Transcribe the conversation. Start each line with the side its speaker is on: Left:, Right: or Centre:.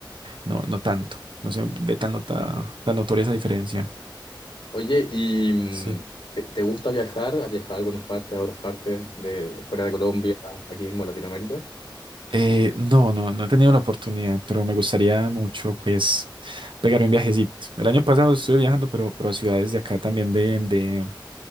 Right: no, no tanto. No se ve tan, nota, tan notoria esa diferencia
Left: Oye, ¿y mm,
Right: Sí.
Left: te, te gusta viajar? ¿Has viajado a algunas partes, a otras partes, de fuera de Colombia, aquí mismo en Latinoamérica?
Right: Eh, no, no, no he tenido la oportunidad, pero me gustaría mucho, pues, pegar un viajecito. El año pasado estuve viajando, pero, pero a ciudades de acá también de, de,